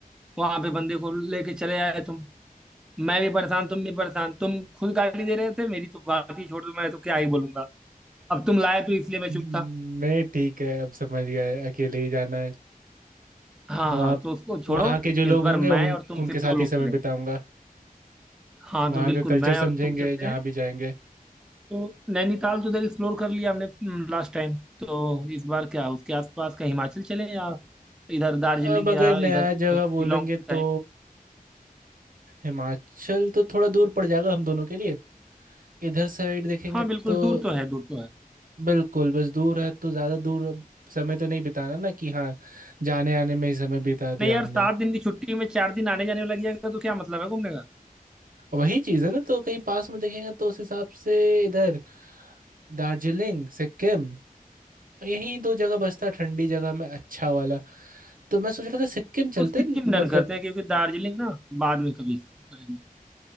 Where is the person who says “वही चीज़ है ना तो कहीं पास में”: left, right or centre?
Right